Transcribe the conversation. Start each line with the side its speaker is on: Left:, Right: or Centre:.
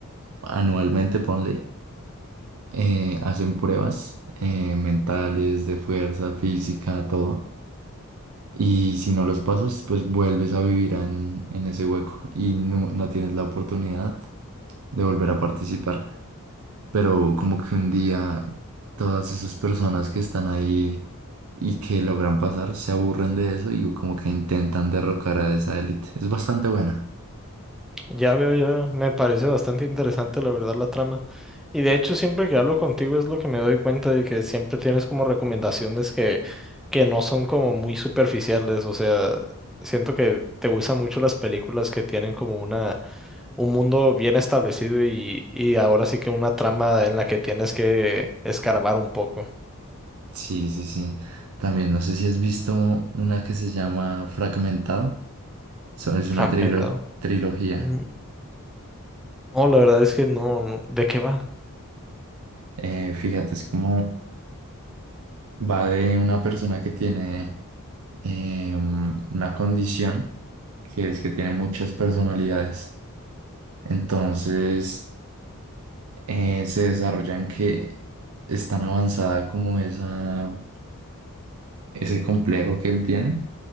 Right: anualmente ponle eh, hacen pruebas eh, mentales, de fuerza, física, todo. Y si no los pasas, pues vuelves a vivir en, en ese hueco y no, no tienes la oportunidad de volver a participar. Pero como que un día todas esas personas que están ahí y que logran pasar se aburren de eso y como que intentan derrocar a esa élite. Es bastante buena.
Centre: Ya veo, ya veo. Me parece bastante interesante, la verdad, la trama. Y de hecho, siempre que hablo contigo es lo que me doy cuenta de que siempre tienes como recomendaciones que, que no son como muy superficiales. O sea, siento que te gustan mucho las películas que tienen como una, un mundo bien establecido y, y ahora sí que una trama en la que tienes que escarbar un poco.
Right: Sí, sí, sí. También no sé si has visto una que se llama Fragmentado. sea, es una
Centre: Fragmentado.
Right: trilo- trilogía.
Centre: Mm, No, la verdad es que no, no- ¿de qué va?
Right: Eh, fíjate, es como va de una persona que tiene eh, una condición que es que tiene muchas personalidades. Entonces, eh, se desarrollan que es tan avanzada como esa, ese complejo que él tiene